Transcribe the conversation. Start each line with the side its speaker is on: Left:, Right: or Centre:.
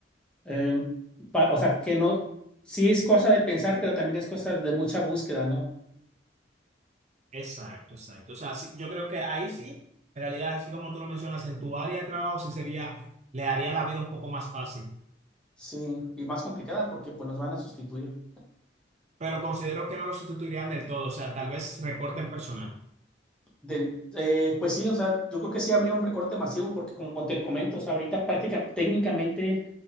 Centre: Em, pa- o sea, que no, sí es cosa de pensar, pero también es cosa de mucha búsqueda, ¿no?
Right: Exacto, exacto. O sea, sí, yo creo que ahí sí, en realidad, así como tú lo mencionas, en tu área de trabajo sí sería, le haría la vida un poco más fácil.
Centre: Sí, y más complicada porque pues nos van a sustituir.
Right: pero considero que no lo sustituirían del todo, o sea, tal vez recorten personal.
Centre: Del, eh, pues sí, o sea, yo creo que sí habría un recorte masivo porque como te comento, o sea, ahorita práctica, técnicamente